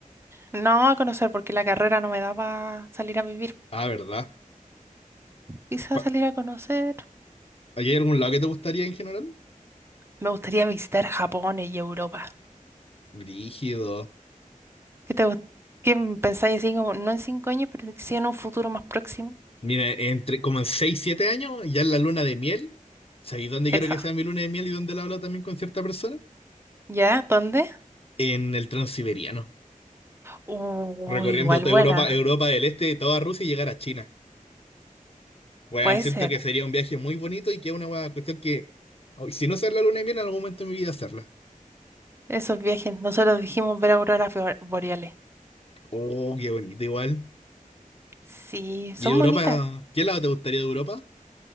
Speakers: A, on the right; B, on the left.
A: No, a conocer, porque la carrera no me daba salir a vivir.
B: ah, ¿verdad?
A: Quizás
B: Pa-
A: salir a conocer.
B: ¿Hay algún lado que te gustaría en general?
A: Me gustaría visitar Japón y Europa.
B: Brígido.
A: ¿Qué te, gu- qué pensáis así como, no en cinco años, pero sí en un futuro más próximo?
B: Mira, entre como en 6 7 años, ya en la luna de miel. ¿Sabéis dónde
A: Esa.
B: quiero que sea mi luna de miel y dónde la hablo también con cierta persona?
A: ¿Ya? ¿Dónde?
B: En el Transiberiano.
A: Uy,
B: Recorriendo
A: igual
B: toda
A: buena.
B: Europa, Europa del Este, toda Rusia y llegar a China. Weón,
A: Puede
B: siento
A: ser.
B: que sería un viaje muy bonito y que es una weá, cuestión que, oh, si no hacer la luna de miel, en algún momento de mi vida hacerla.
A: Esos viajes. Nosotros dijimos ver auroras bo- boreales.
B: Oh, qué bonito igual.
A: Sí, son
B: ¿Y Europa?
A: bonitas.
B: ¿Qué lado te gustaría de Europa?